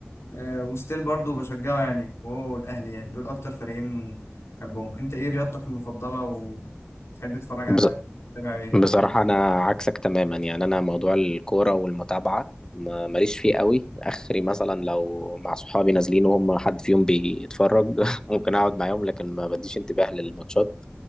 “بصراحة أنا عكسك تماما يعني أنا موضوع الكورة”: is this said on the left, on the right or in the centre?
Left